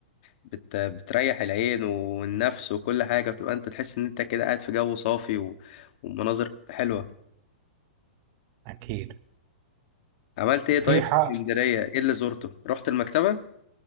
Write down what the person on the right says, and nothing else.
أكيد
في
حق